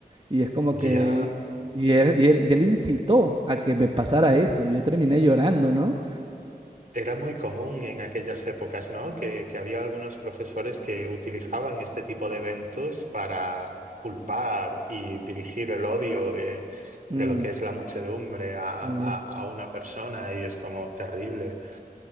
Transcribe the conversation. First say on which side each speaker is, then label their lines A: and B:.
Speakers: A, on the right (about 35°); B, on the right (about 60°).
A: Y es como
B: Ya.
A: que, y él, y él, y él incitó a que me pasara eso. Yo terminé llorando, ¿no?
B: Era muy común en aquellas épocas, ¿no? Que, que había algunos profesores que utilizaban este tipo de eventos para culpar y dirigir el odio de,
A: Mm,
B: de lo que es la muchedumbre a,
A: sí.
B: a- a una persona y es como terrible.